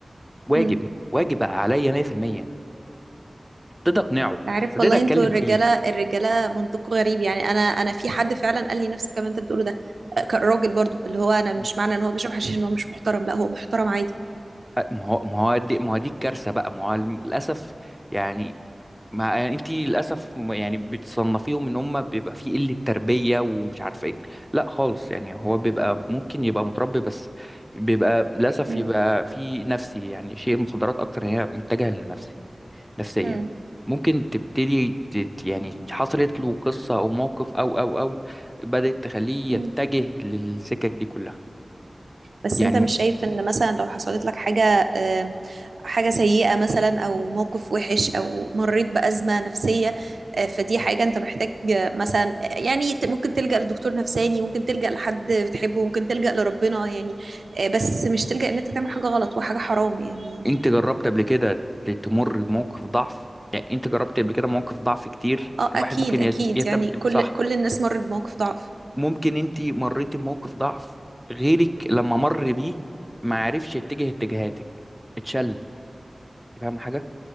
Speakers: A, in the centre; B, on the right.
A: واجب
B: مم.
A: واجب عليا 100% ابتدي اقنعه
B: عارف
A: ابتدي
B: والله
A: اتكلم
B: انتوا الرجاله
A: فيه
B: الرجاله منطقه غريب يعني انا انا في حد فعلا قال لي نفس الكلام اللي انت بتقوله ده كان راجل برضو اللي هو انا مش
A: مم.
B: معنى ان هو بيشرب حشيش ان هو مش محترم لا هو محترم عادي
A: أ- ما هو ما هو دي ما هو دي الكارثه بقى ما هو الم- للاسف يعني ما يعني انت للاسف م- يعني بتصنفيهم ان هم بيبقى في قله تربيه ومش عارفه ايه لا خالص يعني هو بيبقى ممكن يبقى متربي بس بيبقى للاسف
B: مم.
A: يبقى في نفسي يعني شيء المخدرات اكتر هي متجهه للنفسي نفسيا
B: مم.
A: ممكن تبتدي تت يعني حصلت له قصه او موقف او او او بدات تخليه
B: مم.
A: يتجه للسكك دي كلها
B: بس
A: يعني
B: انت مش شايف ان مثلا لو حصلت لك حاجة آه، حاجة سيئة مثلا او موقف وحش او مريت بأزمة نفسية آه، فدي حاجة انت محتاج آه، مثلا آه، يعني ت- ممكن تلجأ لدكتور نفساني ممكن تلجأ لحد بتحبه ممكن تلجأ لربنا يعني آه، بس مش تلجأ ان انت تعمل حاجة غلط وحاجة حرام يعني
A: انت جربت قبل كده ت- تمر بموقف ضعف يعني انت جربت قبل كده مواقف ضعف كتير
B: اه
A: الواحد
B: اكيد
A: ممكن
B: اكيد
A: يت- يتم
B: يعني كل
A: صح
B: كل الناس مرت بموقف ضعف
A: ممكن انت مريتي بموقف ضعف غيرك لما مر بيه ما عرفش يتجه اتجاهاتك اتشل فاهم حاجه